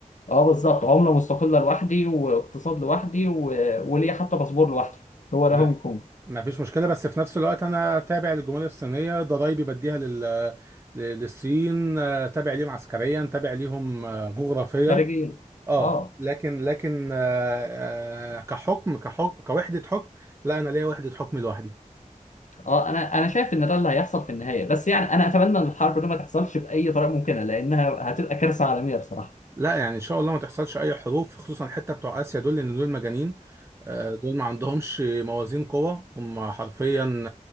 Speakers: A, on the left; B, on the right.
A: اه بالظبط عملة مستقلة لوحدي واقتصاد لوحدي و... وليا حتى باسبور لوحدي هو ده
B: لا
A: هونج كونج
B: ما فيش مشكله بس في نفس الوقت انا تابع للجمهوريه الصينيه ضرايبي بديها لل ل- للصين آه، تابع ليهم عسكريا تابع ليهم آه، جغرافيا
A: خارجيا
B: اه
A: اه
B: لكن لكن آه، آه، كحكم كحكم كوحده حكم لا انا ليا وحده حكم لوحدي
A: اه انا انا شايف ان ده اللي هيحصل في النهاية بس يعني انا اتمنى ان الحرب دي ما تحصلش بأي طريقة ممكنة لانها هتبقى كارثة عالمية بصراحة
B: لا يعني ان شاء الله ما تحصلش اي حروف خصوصا الحته بتوع اسيا دول لان دول مجانين آه، دول ما عندهمش موازين قوه هم حرفيا